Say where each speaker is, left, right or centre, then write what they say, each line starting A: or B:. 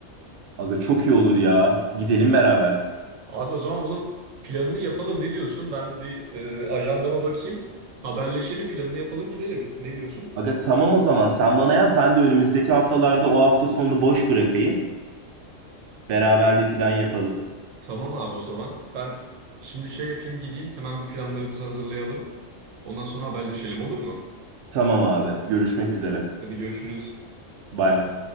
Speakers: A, on the right; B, on the right.
A: Aga çok iyi olur ya. Gidelim beraber.
B: Abi o zaman bunu planını yapalım. Ne diyorsun? Ben bir e, ajandama bakayım. Haberleşelim, planını yapalım, gidelim. Ne diyorsun?
A: Aga tamam o zaman sen bana yaz ben de önümüzdeki haftalarda o hafta sonunu boş bırakayım. Beraber bir plan yapalım.
B: Tamam abi o zaman. Ben şimdi şey yapayım, gideyim. Hemen bir planlarımızı hazırlayalım. Ondan sonra haberleşelim olur mu?
A: Tamam abi. Görüşmek üzere.
B: Hadi görüşürüz.
A: Bay bay.